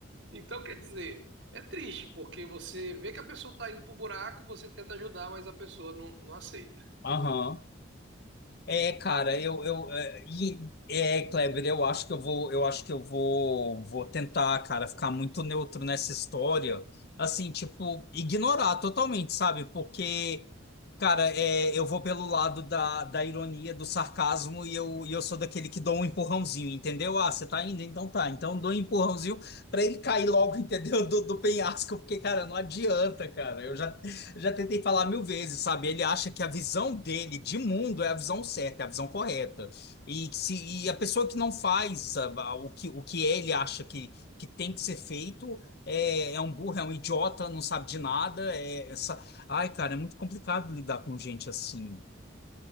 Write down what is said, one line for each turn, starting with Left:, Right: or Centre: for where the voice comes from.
Right: Então, quer dizer, é triste, porque você vê que a pessoa tá indo pro buraco, você tenta ajudar, mas a pessoa não, não aceita.
Left: Aham. É, cara, eu, eu é, e- é, Kleber, eu acho que eu vou, eu acho que eu vou, vou tentar, cara, ficar muito neutro nessa história, assim, tipo, ignorar totalmente, sabe? Porque, cara, é, eu vou pelo lado da, da ironia, do sarcasmo e eu, e eu sou daquele que dou um empurrãozinho, entendeu? Ah, você tá indo? Então tá. Então dou um empurrãozinho pra ele cair logo, <laughs> entendeu? Do, do penhasco, porque, cara, não adianta, cara. Eu já já tentei falar mil vezes, sabe? Ele acha que a visão dele de mundo é a visão certa, é a visão correta. E, que se, e a pessoa que não faz ah, ah, o que, o que ele acha que, que tem que ser feito é, é um burro, é um idiota, não sabe de nada. É essa... Ai, cara, é muito complicado lidar com gente assim.